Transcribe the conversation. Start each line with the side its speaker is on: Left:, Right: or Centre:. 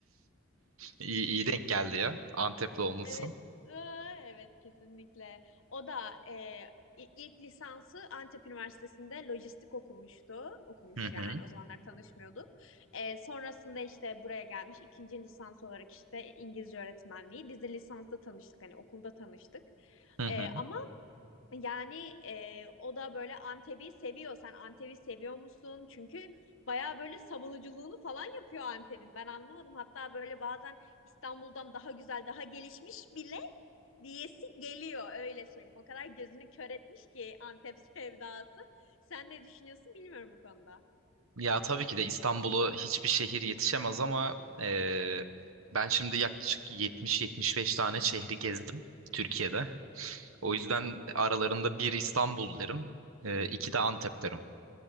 Right: <laughs> İyi, iyi denk geldi ya. Antepli olması.
Left: Evet, ıı, evet kesinlikle. O da e, i- ilk lisansı Antep Üniversitesi'nde lojistik okumuştu. Okumuş
Right: Hı
Left: yani
Right: hı.
Left: o zamanlar tanışmıyorduk. E, sonrasında işte buraya gelmiş ikinci lisans olarak işte İngilizce öğretmenliği. Biz de lisansta tanıştık hani okulda tanıştık.
Right: Hı
Left: E,
Right: hı.
Left: ama yani e, o da böyle Antep'i seviyor. Sen Antep'i seviyor musun? Çünkü bayağı böyle savunuculuğunu falan yapıyor Antep'in. Ben anlamadım. Hatta böyle bazen İstanbul'dan daha güzel, daha gelişmiş bile diyesi geliyor öyle söyleyeyim. O kadar gözünü kör etmiş ki Antep <laughs> sevdası. Sen ne düşünüyorsun bilmiyorum bu konuda.
Right: Ya tabii ki de İstanbul'u hiçbir şehir yetişemez ama e, ben şimdi yaklaşık 70-75 tane şehri gezdim Türkiye'de. O
Left: Hı hı.
Right: yüzden aralarında bir İstanbul derim, e, iki de Antep derim.